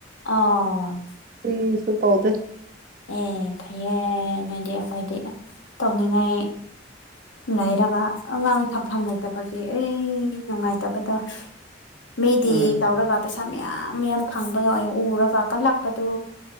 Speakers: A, on the left; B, on the right.
A: ꯑ
B: ꯀ꯭ꯔꯤꯁꯨ ꯇꯧꯗꯦ
A: ꯑꯦ ꯐꯩꯌꯦ ꯅꯣꯏꯗꯤ ꯑꯩꯈꯣꯏꯗꯤ ꯇꯧꯅꯤꯡꯉꯥꯏ ꯂꯩꯔꯒ ꯑꯉꯥꯡ ꯊꯝꯐꯝ ꯂꯩꯇꯕꯒꯤ ꯑꯩ ꯅꯨꯡꯉꯥꯏꯇꯕꯗꯣ ꯃꯤꯗꯤ
B: ꯎꯝ
A: ꯇꯧꯔꯒ ꯄꯩꯁꯥ ꯃꯌꯥꯝ ꯃꯌꯥꯝ ꯐꯪꯕꯗꯣ ꯑꯩ ꯎꯔꯒ ꯀꯜꯂꯛꯄꯗꯨ